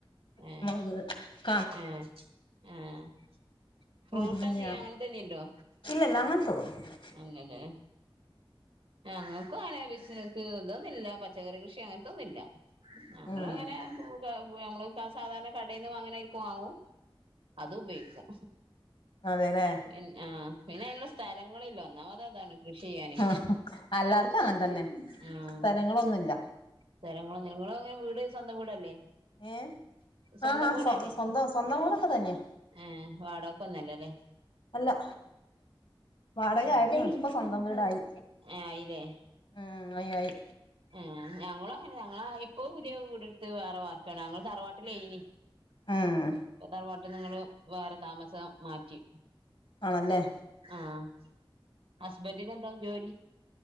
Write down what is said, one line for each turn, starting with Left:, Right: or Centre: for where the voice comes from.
Right: ഏഹ്
Left: <unintelligible>
Right: ഏഹ് ഏഹ് ഫ്രൂട്ടെന്ത്യേ
Left: മുരിങ്ങ
Right: അങ്ങൻത്തെടി ഇണ്ടോ
Left: ഇല്ലല്ല അങ്ങൻത്തതൊന്നുല്ലാ
Right: അങ്ങനേ ഞങ്ങാ ക്കു അങ്ങനെ ബിസിനസ്സ് ഇതൊന്നില്ലാ പച്ചക്കറി കൃഷി അങ്ങനത്തൊന്നും ഇല്ല ഞങ്ങളങ്ങനെ
Left: ഉം
Right: ഫ്രൂ <unintelligible> ഞമ്മള് സാധാരണ കടേന്ന് വാങ്‌ണാരിക്ക് വാങ്ങും അത് ഉപയോഗിക്കും
Left: അതേല്ലേ
Right: ഇൻ ആഹ് പിന്നെ അയ്ന്ള്ള സ്ഥലങ്ങളില്ലാ ഒന്നാമത് അതാണ് കൃഷി ചെയ്യാന്
Left: ആ എല്ലാർക്കും അങ്ങനെ തന്നെ
Right: ആഹ്
Left: സ്ഥലങ്ങളൊന്നുമില്ല
Right: സ്ഥലങ്ങളൊന്നില്ല ഇങ്ങളെങ്ങനെ വീട് സ്വന്തം വീടല്ലേ
Left: ഏ
Right: സ്വന്തം
Left: ആഹാ
Right: വീടല്ലേ
Left: സ്വ സ്വന്തം സ്വന്തം വീടൊക്കെ തന്നെയാ
Right: ആഹ് വാടകക്കൊന്നും അല്ലല്ലേ
Left: അല്ലാ വാടക ആയിരുന്നു ഇപ്പ സ്വന്തം വീടായി
Right: ഏഹ് ആയില്ലേ
Left: ഉം ആയി ആയി
Right: ഏഹ് ഞങ്ങളു അങ്ങനെ ഞങ്ങളാ ഇപ്പോ പുതിയ വീടെടുത്ത് വേറെ വാർക്കാണ് ഞങ്ങള് തറവാട്ടിലേയ്നി
Left: ഉം
Right: ഇപ്പോ തറവാട്ടീന്നങ്ങട്ട് വേറെ താമസം മാറ്റി
Left: ആണല്ലേ
Right: ആഹ് ഹസ്ബന്റിന് എന്താ ജോലി?